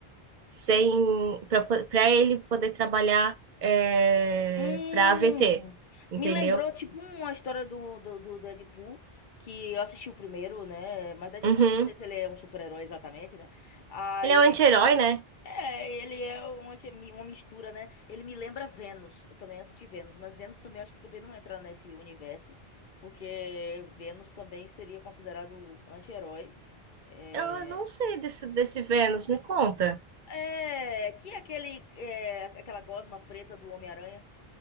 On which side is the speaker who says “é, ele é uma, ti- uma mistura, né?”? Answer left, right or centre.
Left